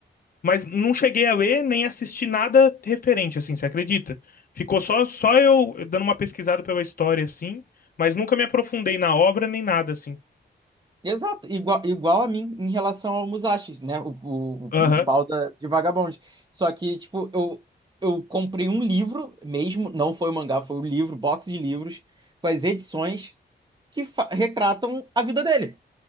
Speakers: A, on the left; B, on the right.
A: Mas não cheguei a ler nem assisti nada referente, assim, você acredita? Ficou só, só eu dando uma pesquisada pela história, assim. Mas nunca me aprofundei na obra nem nada, assim.
B: Exato, igual, igual a mim em relação ao Musashi, né? O, o, o
A: Aham.
B: principal
A: <laughs>
B: da, de Vagabond. Só que, tipo, eu, eu comprei um livro mesmo, não foi o mangá, foi o livro, box de livros, com as edições que fa- retratam a vida dele.